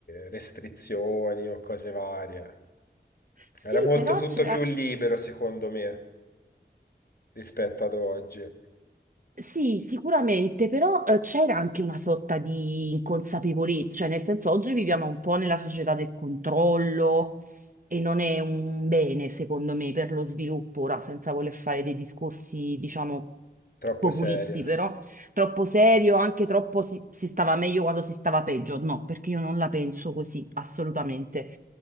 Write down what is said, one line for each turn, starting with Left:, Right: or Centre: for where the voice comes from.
Left: restrizioni o cose varie.
Right: Sì,
Left: Era molto
Right: però
Left: tutto
Right: c'era,
Left: più libero, secondo me, rispetto ad oggi.
Right: sì, sicuramente, però eh, c'era anche una sorta di inconsapevolezza, cioè nel senso oggi viviamo un po' nella società del controllo e non è un bene, secondo me, per lo sviluppo, ora senza voler fare dei discorsi, diciamo,
Left: Troppo
Right: populisti,
Left: serio.
Right: però troppo serio, anche troppo si, si stava meglio quando si stava peggio. No, perché io non la penso così, assolutamente.